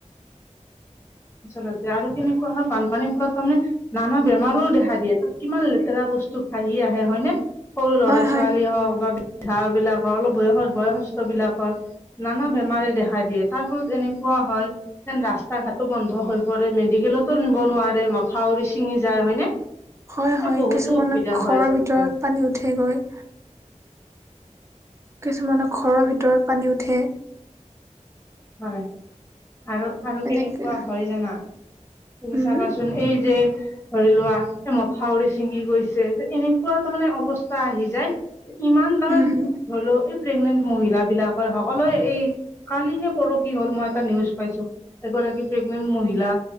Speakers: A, on the left; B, on the right.
A: আচলতে, আৰু কেনেকুৱা হয়, বানপানীৰ ফলত তাৰমানে, নানা বেমাৰো দেখা দিয়ে। তাত, কিমান লেতেৰা বস্তু ভাহি আহে, হয়নে? সৰু ল'ৰা-ছোৱালী
B: হয় হয়
A: হওঁক বা বৃদ্ধা বিলাকৰ, অলপ বয়স, বয়সস্থ বিলাকৰ নানা বেমাৰে দেখা দিয়ে। তাৰ ফলত এনেকুৱা হয়, যেন, ৰাস্তা-ঘাট বন্ধ হৈ পৰে। মেডিকেলতো নিব নোৱাৰে, মথাউৰি ছিঙি যায়। হয়নে?
B: হয়, হয়।
A: এ বহুতো
B: কিছুমান,
A: অসুবিধা
B: ঘৰৰ
A: হয় আচলতে
B: ভিতৰত পানী উঠেগৈ। কিছুমানৰ, ঘৰৰ ভিতৰত পানী উঠে।
A: হয়! আৰু, আৰু
B: এনেকে
A: কেনেকুৱা হয়, জানা? তুমি
B: উম
A: চাবাচোন? এই <unintelligible> ধৰি লোৱা, এ, মথাউৰি ছিঙি গৈছে। এনেকুৱা তাৰমানে, অৱস্থা আহি যায়। ইমান তাৰমানে,
B: উম হুম
A: ধৰি লওঁ, এই প্ৰেগনেন্ট মহিলা বিলাকেও হওঁক, <unintelligible> এই, কালি নে কৰোঁ কি হ'ল? মই এটা নিউজ পাইছোঁ, এগৰাকী প্ৰেগনেন্ট মহিলা।